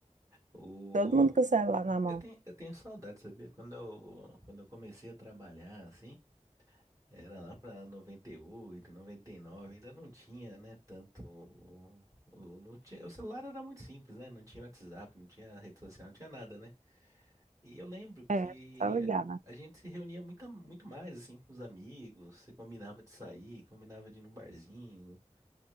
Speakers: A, on the right; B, on the right.
A: O...
B: todo mundo com o celular na mão.
A: Eu tenho, eu tenho saudade, sabia? Quando eu, quando eu comecei a trabalhar, assim, era lá pra 98, 99, ainda não tinha, né, tanto... o- o- Não tinha, o celular era muito simples, né? Não tinha WhatsApp, não tinha rede social, não tinha nada, né? E eu lembro que
B: É, tá ligada.
A: a gente se reunia muito, muito mais, assim, com os amigos. Você combinava de sair, combinava de ir num barzinho,